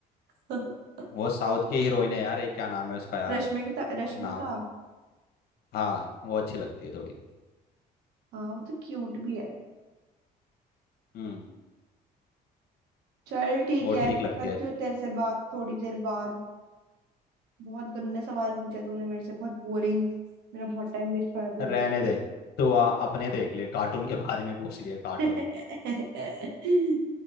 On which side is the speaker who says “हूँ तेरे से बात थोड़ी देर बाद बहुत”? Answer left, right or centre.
Right